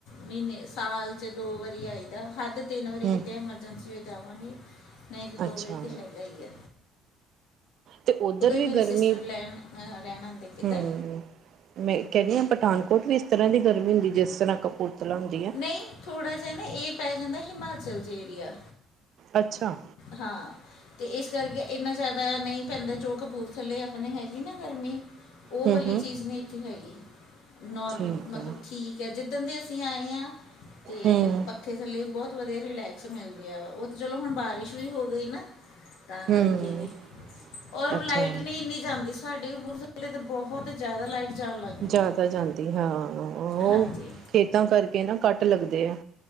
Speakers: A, on the left (about 85°); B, on the right (about 50°).
A: ਮ੍ਹੀਨੇ ਸਾਲ 'ਚ ਦੋ ਵਾਰੀ ਆਈ ਦਾ ਹੱਦ ਤਿੰਨ ਵਾਰੀ
B: ਹਮ
A: ਕਿਤੇ ਐਮਰਜੈਂਸੀ ਹੋਏ ਤਾਂ ਆਵਾਂਗੇ ਨਈ ਤੇ ਦੋ
B: ਅੱਛਾ
A: ਵਾਰੀ ਤੇ ਸੈਗਾ ਈ ਐ।
B: ਤੇ ਉੱਧਰ ਵੀ
A: ਮੇਰੇ
B: ਗਰਮੀ
A: ਸਿਸਟਰ ਲੈਣ ਅ, ਰਹਿਣ ਆਉਂਦੇ ਕਿੱਧਰ
B: ਹੂੰ। ਮੈਂ ਕੈਂਣੀ ਆਂ ਪਠਾਨਕੋਟ ਵੀ ਇਸ ਤਰ੍ਹਾਂ ਦੀ ਗਰਮੀ ਹੁੰਦੀ ਜਿਸ ਤਰ੍ਹਾਂ ਕਪੂਰਥਲਾ ਹੁੰਦੀ। ਹੈ
A: ਨਈ ਥੋੜ੍ਹਾ ਜਿਹਾ ਨਾ ਇਹ ਪੈ ਜਾਂਦਾ ਹਿਮਾਚਲ 'ਚ ਏਰੀਆ
B: ਅੱਛਾ
A: ਹਾਂ। ਤੇ ਇਸ ਕਰਕੇ ਇੰਨਾ ਜਾਦਾ ਨਈ ਪੈਂਦਾ ਜੋ ਕਪੂਰਥੱਲੇ ਆਪਣੀ ਹੈਗੀ ਨਾ ਗਰਮੀ ਓ
B: ਹਮ
A: ਵਾਲੀ
B: ਹਮ
A: ਚੀਜ਼ ਨਈ ਇੱਥੇ ਹੈਗੀ ਨੋਰਮ
B: ਠੀਕ
A: ਮਤਲਬ
B: ਹੈ
A: ਠੀਕ ਹੈ ਜਿੱਦਣ ਦੇ ਅਸੀਂ ਆਏ ਆਈਆਂ ਤੇ
B: ਹਮ
A: ਪੱਖੇ ਥੱਲੇ ਬੋਤ ਵਧੀਆ ਰਿਲੈਕਸ ਮਿਲਦੀ ਵਾ ਓ ਚਲੋ ਹੁਣ ਬਾਰਿਸ਼ ਵੀ ਹੋ ਗਈ ਨਾ। ਤਾਂ ਕਰਕੇ
B: ਹਮ
A: ਵੀ ਔਰ
B: ਅੱਛਾ
A: ਲਾਈਟ ਨਈ ਇੰਨੀ ਜਾਂਦੀ ਸਾਡੇ ਕਪੂਰ ਕਿ ਲੇ ਤੇ ਬਹੁਤ ਜਾਦਾ ਲਾਈਟ ਜਾਣ ਲੱਗ ਪਈ
B: ਜਾਦਾ
A: ਹੈ
B: ਜਾਂਦੀ ਹਾਂ ਓ
A: ਹਾਂਜੀ
B: ਖੇਤਾਂ ਕਰਕੇ ਨਾ ਕੱਟ ਲੱਗਦੇ ਆ।